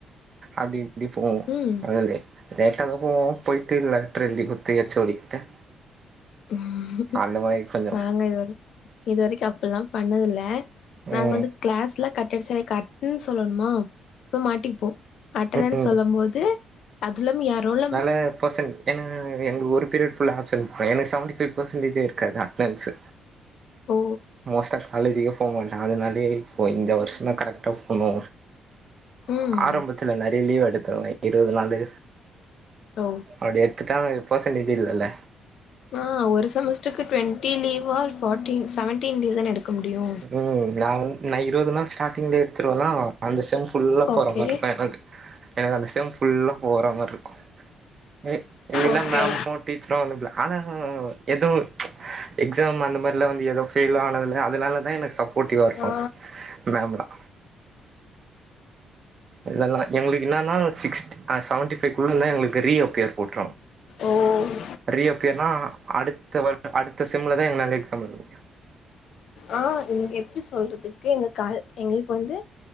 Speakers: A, on the right; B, on the left.
A: அப்டி இப்டி போவோ
B: ம்
A: அதுலே லேட்டாதா போவோ போய்ட்டு லெட்ரு எழ்த்திகுட்த்து ஹெச் ஓ டி கிட்ட
B: ம்
A: அந்த மாரி கொஞ்சோ
B: நாங்க இதுவர இதுவரைக்கு அப்புல்லா பண்ணதுல்ல நாங்க
A: ம்
B: வந்து கிளாஸ்ல கட்டடிசதே கட்னன்ஸ் சொல்லன்மா சோ மாட்டிப்போ அட்டனனு
A: ம்
B: சொல்லம்போது அதுல்லாம் ஏன் ரோல்ல
A: அ பசங் ஏனா எங்ளுக் ஒரு பீரியட் ஃபுல்லா ஆப்சன்ட் எனக்கு சவன்டி ஃபை் பெர்சன்டேஜே இருக்காது அட்னன்ஸு
B: ஓ
A: மோஸ்ட்டா காலேஜிகே போக மாட்ட அதனாலே இப்போ இந்த வர்ஷோந்தா கரெக்ட்டா போனு
B: ம்
A: ஆரம்பத்துல நெறைய லீவ் எடுத்திர்ந்த இருவது நாலு
B: ஆ
A: அப்டி எட்த்துட்டாவே பெர்சன்டேஜே இல்லல
B: ஆ ஒரு செமஸ்டருக்கு டுவெண்ட்டி லீவா ஃபோட்டீன் சவன்டீன் லீவ்தா எடுக்க முடியு
A: ஓ நா வந் நா இருவது நாள் ஸ்டாடிங்லே எடுத்துருவனா அந்த செம் ஃபுல்லா போற
B: ஓகே
A: மார்ருக்கு எனக்கு எனக்கு அந்த செம் ஃபுல்லா போற மார்ருக்கு எ இல்லினா
B: ஓகே
A: மேமு <inaudible> பீச்ரு ஒன்னுமில்ல ஆனா எதுவு எக்ஸாம் அந்த மாரிலா வந்து எதூ ஃபெய்லு ஆனதுல்ல அதுனால எனக்கு சப்போட்டிவா இருக்கு
B: ஆ
A: மேம்லா இதெல்லா எங்ளுக்கு என்னன்னா சிக்ஸ்த்து ஆ சவன்டி ஃபைக்குள்ளனா எங்ளுக்கு ரீ அப்பியர் போட்ரு
B: ஓ
A: ரி அப்பியர்னா அடுத்த வர் அடுத்த செம்லதா எங்குலால எக்ஸாம் எழுத முடியு
B: ஆ இங்க எப்டி சொல்றதுக்கு எங்க காலு எங்ளுக்கு வந்து